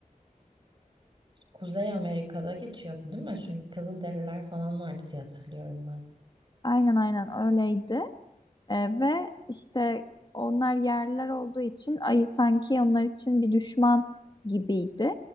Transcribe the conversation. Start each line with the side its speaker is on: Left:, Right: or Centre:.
Right: Kuzey Amerika'da geçiyordu değil mi? Çünkü Kızılderililer falan vardı diye hatırlıyorum ben.
Left: Aynen aynen öyleydi. E, ve işte onlar yerler olduğu için ayı sanki onlar için bir düşman gibiydi.